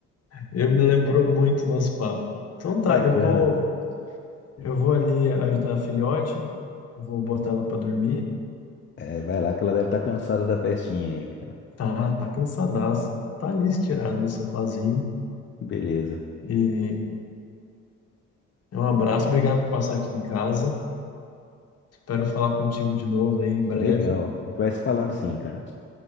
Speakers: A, on the left (about 55°); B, on the left (about 40°).
A: Eu me lembrou muito o nosso papo. Então tá,
B: Bacana.
A: eu tô, eu vou ali ajudar a filhote, vou botar ela para dormir.
B: É, vai lá que ela deve estar cansada da festinha aí, cara.
A: Tá, tá cansadaça, tá ali estirada no sofazinho.
B: Que beleza.
A: E é um abraço, obrigado por passar aqui em casa. Espero falar contigo de novo aí em breve.
B: Legal. A gente vai se falando sim, cara.